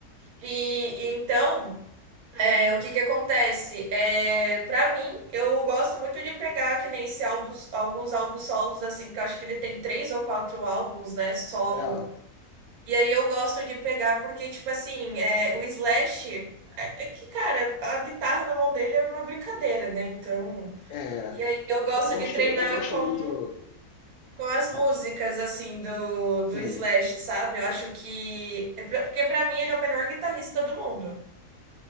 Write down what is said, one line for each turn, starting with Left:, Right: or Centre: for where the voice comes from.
Right: E, e então. É, o que que acontece? É, para mim, eu gosto muito de pegar que nem esse álbuns, alguns álbuns solos, assim, que eu acho que ele tem três ou quatro álbuns, né, solo.
Left: É,
Right: E aí eu gosto de pegar porque, tipo assim, é, o Slash, é, é que, cara, a guitarra na mão dele era uma brincadeira, né, então...
Left: é.
Right: E aí eu gosto
Left: Eu gosto,
Right: de treinar
Left: eu gosto
Right: com,
Left: muito.
Right: com as
Left: Ó,
Right: músicas, assim, do,
Left: sim.
Right: do Slash, sabe? Eu acho que... é pra- porque pra mim ele é o melhor guitarrista do mundo.